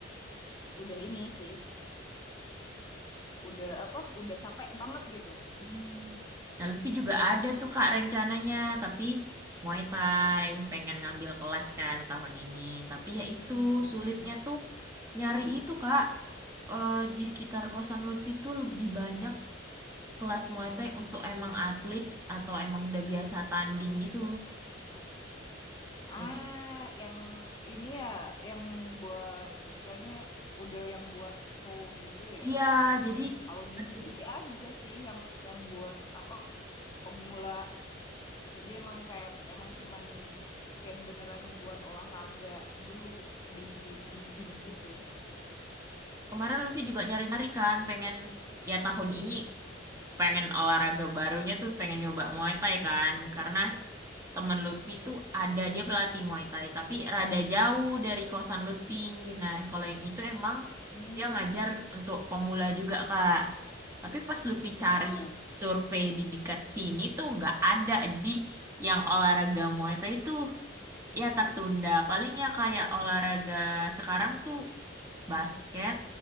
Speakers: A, on the left; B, on the right.
A: udah ini sih udah apa udah capek banget gitu
B: Hmm. Nah, Lutfi juga ada tuh Kak rencananya, tapi Muay Thai pengen ngambil kelas kan tahun ini. Tapi ya itu
A: hmm.
B: sulitnya tuh nyari itu Kak Eh, di sekitar kosan Lutfi tuh lebih banyak kelas Muay Thai untuk emang atlet atau emang udah biasa tanding gitu.
A: Ah,
B: Jadi
A: yang ini ya, yang buat istilahnya udah yang buat pro gitu ya.
B: iya, jadi
A: Kalau di
B: aduh
A: sini sih ada sih yang yang buat apa pemula. Jadi emang kayak emang cuman kayak beneran buat olahraga dulu di gym, di gym gitu.
B: kemarin Lutfi juga nyari-nyari kan pengen ya tahun ini pengen olahraga barunya tuh pengen nyoba Muay Thai kan karena temen Lutfi tuh ada dia pelatih Muay Thai tapi rada jauh dari kosan Lutfi nah kalau yang itu emang
A: Hmm.
B: dia ngajar untuk pemula juga Kak tapi pas Lutfi cari
A: Heeh.
B: survei di dekat sini tuh nggak ada jadi yang olahraga Muay Thai itu ya tertunda palingnya kayak olahraga sekarang tuh basket